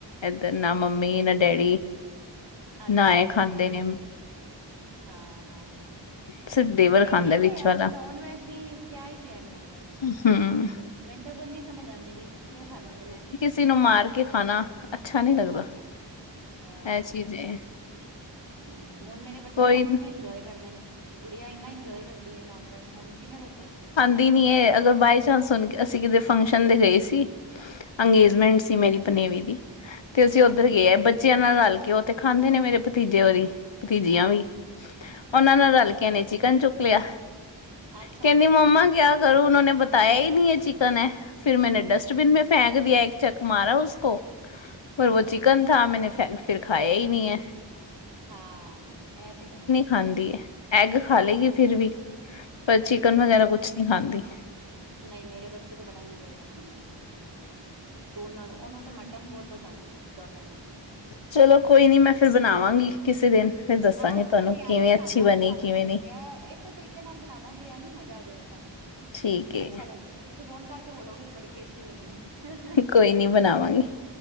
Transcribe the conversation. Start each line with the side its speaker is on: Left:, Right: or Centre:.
Left: ਇਧਰ ਨਾ ਮੰਮੀ ਨਾ ਡੈਡੀ।
Right: ਅੱਛਾ-ਅੱਛਾ,
Left: ਨਾ ਇਹ ਖਾਂਦੇ ਨੇ
Right: ਹਾਂ-ਹਾਂ। ਹਾਂ
Left: ਸਿਰਫ ਦੇਵਰ
Right: ਨਹੀਂ
Left: ਖਾਂਦਾ
Right: ਠੀਕ
Left: ਵਿੱਚ
Right: ਐ ਯਾਰ,
Left: ਵਾਲਾ
Right: ਨੋਨ ਵੈਜ ਵੀ ਕਿਆ ਹੀ ਪਿਆ ਨੋਨ ਵੈਜ ਵਿਚ ਵੀ।
Left: ਹਮ
Right: ਮੈਨੂੰ ਤੇ ਕੁਝ ਨੀ ਸਮਝ ਆਂਦੀ ਪਈ, ਵੀ ਕਿਉਂ ਖਾਂਦੇ ਨੇ ਲੋਕੀ।
Left: ਕਿਸੀ ਨੂੰ ਮਾਰ ਕੇ ਖਾਣਾ ਅੱਛਾ ਨਹੀਂ ਲੱਗਦਾ
Right: ਹਾਂ-ਹਾਂ,
Left: ਇਹ ਚੀਜ਼ ਏ
Right: ਹੂੰ ਹੁਣ ਮੇਰੇ ਬੱਚੇ
Left: ਕੋਈ
Right: ਖਾਂਦੇ ਨੇ ਇੰਜੋਏ ਕਰਦੇ ਨੇ, ਗੁੜੀਆਂ ਇੰਨਾ ਇੰਜੋਏ ਕਰਦੀ ਐ ਨੋਨ ਵੈਜ, ਹੁਣ ਕਿਵੇਂ ਰੋਕਾਂ ਉਹਨੂੰ।
Left: ਸੁੱਤੀ ਨੀ ਇਹ, ਅਗਰ ਬਾਈ ਚਾਂਸ ਹੁਣ ਅਸੀਂ ਕਿਤੇ ਫੰਕਸ਼ਨ ਦੇ ਗਏ ਸੀ। ਅੰਗੇਜਮੈਂਟ
Right: ਹੂੰ
Left: ਸੀ ਮੇਰੀ ਪਨੇਵੀ ਦੀ। ਤੇ ਅਸੀਂ ਉੱਧਰ
Right: ਅੱਛਾ
Left: ਗਏ
Right: ਅੱਛਾ।
Left: ਬੱਚਿਆਂ ਨਾਲ ਰਲ ਕੇ ਉਹ ਤੇ ਖਾਂਦੇ ਨੇ ਮੇਰੇ ਭਤੀਜੇ ਹੋਰੀ। ਭਤੀਜੀਆਂ
Right: ਹਾਂ
Left: ਵੀ,
Right: ਹਾਂ
Left: ਉਹਨਾਂ
Right: ਹਾਂ
Left: ਨਾਲ
Right: ਹਾਂ
Left: ਰਲ ਕੇ ਚਿਕਨ ਚੁੱਕ ਲਿਆ
Right: ਅੱਛਾ
Left: ਕਹਿੰਦੀ ਮੰਮਾ ਕਿਹਾ। ਕਰੋ ਉਹ ਨੇ ਬਤਾਆ ਹੀ ਨਹੀਂ ਹੈ ਚਿਕਨ ਹੈ, ਫਿਰ ਮੈਂਨੇ ਡਸਟਬਿਨ ਮੈਂ ਫੇਕ ਇੱਕ ਚੱਕ ਮਾਰਾ, ਉਸ ਕੋ ਪਰ
Right: ਹਾਂ।
Left: ਉਹ ਚਿਕਨ ਥ ਮੈਂ ਫਿਰ ਖਾਇਆ ਹੀ ਨਹੀਂ ਹੈ।
Right: ਹਾਂ ਇਹ ਤੇ ਹੈ।
Left: ਖਾਂਦੀ ਐਗ ਖਾ ਲਏਗੀ ਫਿਰ ਵੀ ਪਰ ਚਿਕਨ ਵਗੈਰਾ ਕੁਛ ਨਹੀਂ ਖਾਂਦੀ।
Right: ਨਹੀਂ ਮੇਰੇ ਬੱਚੇ ਤਾਂ ਬੜਾ ਇੰਜੋਏ ਕਰਦੇ ਨੇ, ਦੋਨਾਂ ਨੂੰ ਉਹਨੂੰ ਤੇ ਮ ਮਟਨ ਬਹੁਤ ਪਸੰਦ ਹੈ ਡਾਟਰ ਨੂੰ।
Left: ਚਲੋ, ਕੋਈ ਨੀ ਮੈਂ ਫਿਰ ਬਣਾਵਾਂਗੀ ਕਿਸੇ ਦਿਨ ਫਿਰ ਦੱਸਾਂਗੀ
Right: ਹਾਂ, ਤੁਸੀਂ
Left: ਤੁਹਾਨੂੰ
Right: ਬਰਿਆਨੀ
Left: ਕਿਵੇਂ
Right: ਬਣਾਉਣਾ
Left: ਅੱਛੀ ਬਣੀ
Right: ਤੁਹਾਨੂੰ
Left: ਕਿਵੇਂ
Right: ਦੱਸਿਆ
Left: ਨਹੀਂ
Right: ਇਸ ਤਰੀਕੇ ਨਾਲ ਬਣਾਣਾ ਬਿਰਆਨੀ ਮਜ਼ਾ ਆ ਜਾਏਗਾ ਤੁਹਾਨੂੰ
Left: ਠੀਕ ਏ
Right: ਅੱਛਾ ਲੱਗੇਗਾ ਤੁਸੀਂ ਫੋਨ ਕਰਕੇ ਬੋਲੋਗੇ ਕਿ ਬੜੀ ਟੇਸਟੀ <unintelligible>
Left: ਕੋਈ ਨੀ ਬਣਾਵਾਂਗੀ